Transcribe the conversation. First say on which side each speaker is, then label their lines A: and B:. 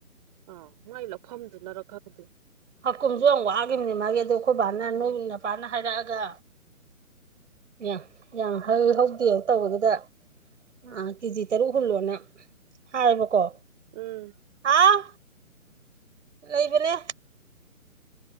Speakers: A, on the right; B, on the right.
A: ꯑ ꯃꯥꯏ ꯂꯧꯐꯝꯗꯨꯅꯔꯥ ꯈꯪꯗꯦ
B: ꯍꯀꯨꯝꯁꯨ ꯌꯥꯝ ꯋꯥꯈꯤꯕꯅꯦ ꯃꯥꯒꯤ ꯑꯗꯣ ꯑꯩꯈꯣꯏ ꯕꯥꯅ ꯅꯣꯏ ꯅꯄꯥꯅ ꯍꯥꯏꯔꯛꯑꯒ ꯌꯥ ꯌꯥꯝ ꯍꯧꯏ ꯍꯧꯗꯦ ꯇꯧꯕꯗꯨꯗ ꯑꯥ ꯀꯦꯖꯤ ꯇꯔꯨꯛ ꯍꯨꯜꯂꯣꯅ ꯍꯥꯏꯌꯦꯕꯀꯣ
A: ꯎꯝ
B: ꯍꯥꯥ ꯂꯩꯕꯅꯦ